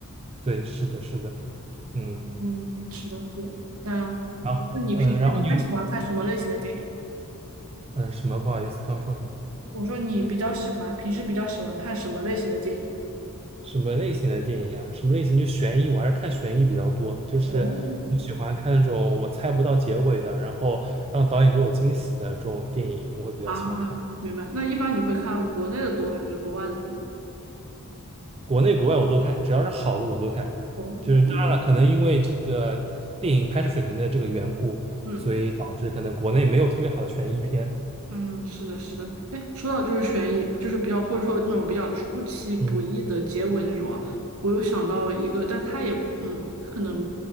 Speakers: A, on the right; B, on the right.
A: 对，是的，是的，嗯。
B: 嗯，是的，对。那
A: 然后，
B: 那你平时一般喜欢看什么类型的电影？
A: 呃，然后你有，嗯、什么？不好意思，刚说什么？
B: 我说你比较喜欢，平时比较喜欢看什么类型的电影？
A: 什么类型的电影啊？什么类型？就悬疑，我还是看悬疑比较多，就是我喜欢看那种我猜不到结尾的，
B: 哦，
A: 然后让导演给我惊喜的这种电影，我会比较喜欢看。
B: 啊，明白。那一般你会看国内的多还是国外的多呢？
A: 国内国外我都看，只要是好的我都看。
B: 哦，
A: 就是当然了，
B: 嗯
A: 可能因为这个电影拍摄水平的这个缘故，
B: 嗯。
A: 所以导致可能国内没有特别好的悬疑片。
B: 嗯，是的，是的。哎，说到就是悬疑，就是比较或者说那种比较出其不意的结尾那种啊，
A: 嗯，
B: 我有想到一个，但它也嗯，它可能